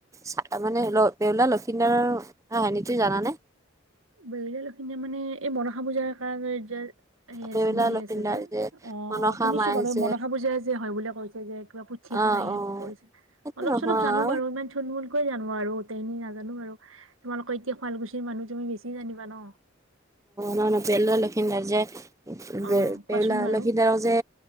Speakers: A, on the right (about 15°); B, on the right (about 80°).
A: ত মানে বেউলা লক্ষিদাৰৰ কাহানিটো জানানে।
B: বেউলা লখিম মানে এই মনসা পূজাৰ কাৰণে যে সেই
A: বেউলা
B: আছে, সেই
A: লক্ষিন্দাৰ
B: আছে যে অ
A: মনসা
B: শুনিছো
A: মাই
B: বাৰু
A: যে
B: মনসা পূজাই যে হয় বুলি কৈছে যে কিবা পুথি এখন
A: অ',
B: আহি
A: অ',
B: পৰিছিল
A: সেইটো
B: অলপ
A: নহয়
B: চলপ জানো
A: অ',
B: বাৰু ইমান থুলমূল জানো আৰু গোটেই খিনি নাজানো আৰু তোমালোকৰ এতিয়া শুৱালকুছিৰ মানুহ তুমি বেছি জানিবা ন।
A: নাই নাই বেউলা লখিন্দৰ যে
B: অ কোৱাচোন
A: বেউলা
B: বাৰু
A: লক্ষীদাৰক যে